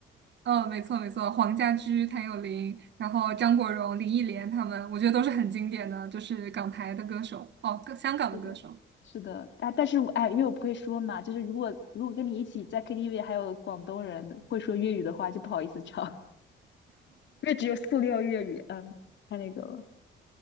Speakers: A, on the right; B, on the left.
A: 嗯，没错没错，黄家驹、谭咏麟，然后张国荣、林忆莲他们，我觉得都是很经典的，就是港台的歌手，哦，香港的歌手。
B: 是的，是的，哎，但是我哎，因为我不会说嘛，就是如果如果跟你一起在 KTV 还有广东人会说粤语的话，就不好意思唱。<laughs> 因为只有塑料粤语，嗯，太那个了。